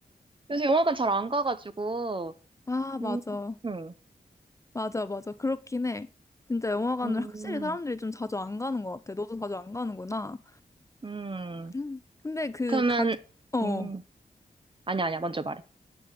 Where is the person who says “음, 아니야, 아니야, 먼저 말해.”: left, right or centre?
Right